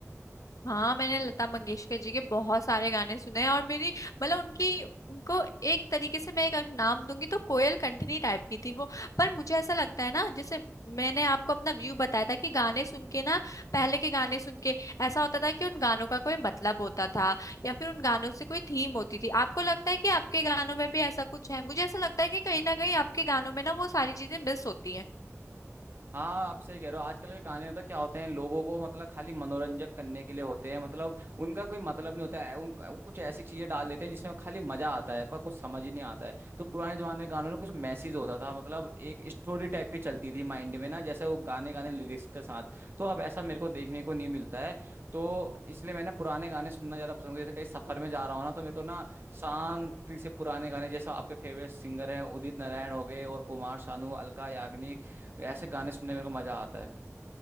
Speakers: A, on the left; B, on the right.
A: हाँ मैंने लता मंगेशकर जी के बहुत सारे गाने सुने हैं और मेरी मतलब उनकी उनको एक तरीके से मैं एक अगर नाम दूंगी तो कोयल कंठनी टाइप की थी वो पर मुझे ऐसा लगता है ना जैसे मैंने आपको अपना व्यू बताया था कि गाने सुन के ना पहले के गाने सुन के ऐसा होता था कि उन गानों का कोई मतलब होता था या फिर उन गानों से कोई थीम होती थी आपको लगता है कि आपके गानों में भी ऐसा कुछ है मुझे ऐसा लगता है कि कहीं ना कहीं आपके गानों में ना वो सारी चीजें मिस होती हैं
B: हाँ आप सही कह रहे हो आजकल के गाने होता क्या होते हैं लोगों को मतलब खाली मनोरंजक करने के लिए होते हैं मतलब उनका कोई मतलब नहीं होता है उनका वो कुछ ऐसी चीजें डाल देते हैं जिसमें खाली मजा आता है पर कुछ समझ ही नहीं आता है तो पुराने जमाने के गानों में कुछ मैसेज होता था मतलब एक स्टोरी टाइप की चलती थी माइंड में ना जैसे वो गाने गाने लिरिक्स के साथ तो अब ऐसा मेरे को देखने को नहीं मिलता है तो इसलिए मैं ना पुराने गाने सुनना ज्यादा पसंद जैसे कहीं सफर में जा रहा हूँ ना तो मेरे को ना शांति से पुराने गाने जैसे आपके फेवरेट सिंगर हैं उदित नारायण हो गए और कुमार शानू अलका याग्निक ये ऐसे गाने सुनने में मेरे को मजा आता है